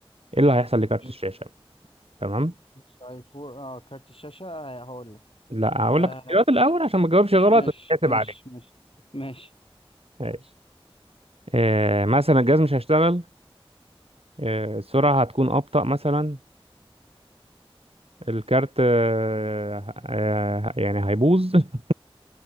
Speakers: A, on the right; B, on the left.
A: ايه اللي هيحصل لكارت
B: قشطة
A: الشاشة تمام
B: قشطة. أي فور أه كارت الشاشة آه، هقول لك
A: لا هقول
B: آه
A: لك الاختيارات الاول عشان ما تجاوبش غلط
B: ماشي
A: وتتحاسب
B: ماشي
A: عليك
B: ماشي ماشي
A: ماشي آه، مثلا الجهاز مش هيشتغل آه، السرعة هتكون أبطأ مثلا الكارت آه، آه، يعني هيبوظ <laughs>